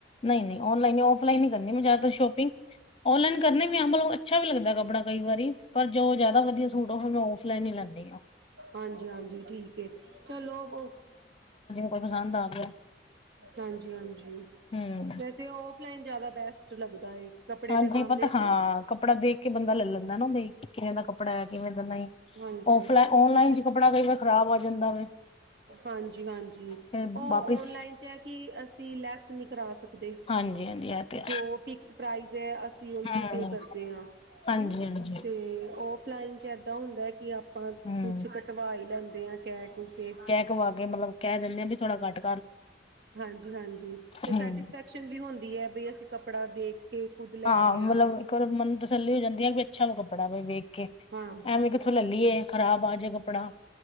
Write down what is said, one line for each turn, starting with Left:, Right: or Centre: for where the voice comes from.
Left: ਨਹੀਂ-ਨਹੀਂ, ਔਨਲਾਈਨ ਨੀ, ਔਫਲਾਈਨ ਈ ਕਰਨੀ ਮੈਂ ਜ਼ਿਆਦਾਤਰ ਸ਼ੋਪਿੰਗ। ਔਨਲਾਈਨ ਕਰਨੇ ਵੀ ਬਲ, ਉਹ ਅੱਛਾ ਵੀ ਲੱਗਦਾ ਕੱਪੜਾ ਕਈ ਵਾਰੀ। ਪਰ ਜੋ ਜ਼ਿਆਦਾ ਵਧੀਆ ਸੂਟ ਉਹ ਮੈਂ ਔਫਲਾਈਨ ਈ ਲੈਨੀਂ ਆ।
Right: ਹਾਂਜੀ-ਹਾਂਜੀ, ਠੀਕ ਏ। ਚਲੋ ਉਹ
Left: ਜੇ ਪਸੰਦ ਆਗਿਆ
Right: ਹਾਂਜੀ-ਹਾਂਜੀ,
Left: ਹਮ
Right: ਵੈਸੇ ਔਫਲਾਈਨ ਜ਼ਿਆਦਾ ਬੈਸਟ ਲੱਗਦਾ ਏ। ਕੱਪੜੇ
Left: ਹਾਂਜੀ
Right: ਦੇ ਮਾਮਲੇ
Left: ਪਤਾ
Right: 'ਚ
Left: ਹਾਂ ਕੱਪੜਾ ਦੇਖ ਕੇ ਬੰਦਾ ਲੈ-ਲੈਂਦਾ ਨਾ, ਬਈ ਕਿਵੇਂ ਦਾ ਕੱਪੜਾ ਆ, ਕਿਵੇਂ ਦਾ ਨਹੀਂ
Right: ਹਾਂਜੀ
Left: ਔਫਲਾ,
Right: ਹਾਂਜੀ
Left: ਔਨਲਾਈਨ
Right: ਕੁਛ
Left: 'ਚ ਕੱਪੜਾ ਕਈ ਵਾਰ ਖ਼ਰਾਬ ਆ ਜਾਂਦਾ ਵੇ।
Right: ਹਾਂਜੀ-ਹਾਂਜੀ,
Left: ਫਿਰ
Right: ਉਹ
Left: ਵਾਪਿਸ
Right: ਓਨਲਾਈਨ 'ਚ ਐ ਕਿ ਅਸੀਂ ਲੈਸ ਨੀ ਕਰਾ ਸਕ ਦੇ,
Left: ਹਾਂਜੀ ਹਾਂਜੀ ਇਹ ਤੇ
Right: ਜੋ ਕਿ। ਸਪਰਾਈਜ਼ ਹੈ। ਅਸੀਂ ਉਹੀ
Left: ਹੂੰ
Right: ਵੀ ਪੇ ਕਰਦੇ ਹਾਂ।
Left: ਹਾਂਜੀ ਹਾਂਜੀ
Right: ਤੇ ਔਫਲਾਈਨ 'ਚ। ਇੱਦਾਂ ਹੁੰਦਾ ਕਿ, ਆਪਾਂ
Left: ਹੂੰ
Right: ਕੁਛ ਕਟਵਾ ਹੀ ਲੈਂਦੇ ਹਾਂ, ਕਹਿ ਕੁ ਕੇ।
Left: ਕੁਵਾ ਕੇ ਮਤਲਬ, ਕਹ ਦੇਣੇ ਹਾਂ। ਵੀ ਥੋੜਾੱ ਕਟ।
Right: ਹਾਂਜੀ- ਹਾਂਜੀ, ਤੇ ਸੈਟਿਸਫੈਕਸ਼ਨ
Left: ਹੂੰ
Right: ਵੀ ਹੁੰਦੀ ਹੈ, ਬਈ ਅਸੀਂ ਕੱਪੜਾ ਦੇਖ। ਐ ਖੁਦ ਲੈ
Left: ਹਾਂ
Right: ਰਹੇ
Left: ਮਤਲਬ ਇੱਕ ਵਾਰ ਮਨ ਨੂੰ ਤਸੱਲੀ ਹੋ ਜਾਂਦੀ ਐ, ਵੀ ਅੱਛਾ ਵਾ ਕੱਪੜਾ ਵੇਖ ਕੇ
Right: ਹਾਂ
Left: ਐਵੇਂ ਕਿੱਥੋਂ ਲੱ ਲੀਏ, ਖ਼ਰਾਬ ਆ ਜੇ ਕੱਪੜਾ।